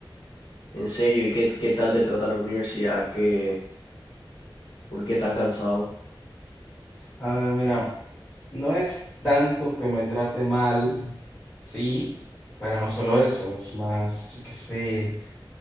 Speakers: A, on the left; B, on the left.
A: En serio, ¿y qué, qué tal te trata la universidad? ¿Qué, por qué tan cansado?
B: A ver, mira, no es tanto que me trate mal, sí, pero no solo eso, es más, yo qué sé,